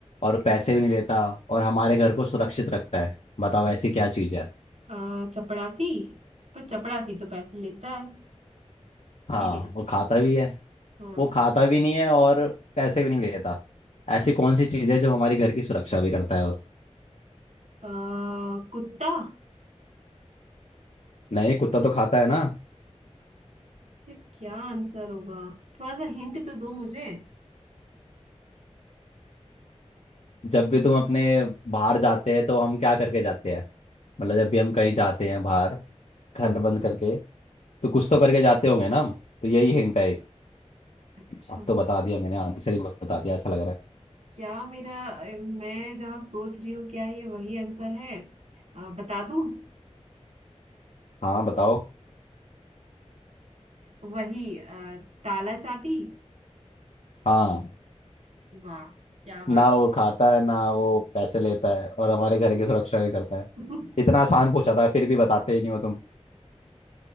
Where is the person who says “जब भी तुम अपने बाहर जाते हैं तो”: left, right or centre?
Left